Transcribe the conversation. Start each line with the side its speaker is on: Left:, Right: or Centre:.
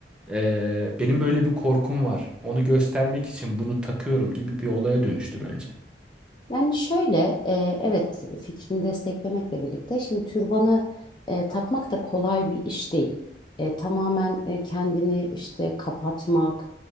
Centre: e, benim böyle bir korkum var. Onu göstermek için bunu takıyorum gibi bir olaya dönüştü bence.
Left: Yani şöyle, e, evet fikrini desteklemekle birlikte şimdi türbanı e, takmak da kolay bir iş değil. E, tamamen e, kendini işte kapatmak,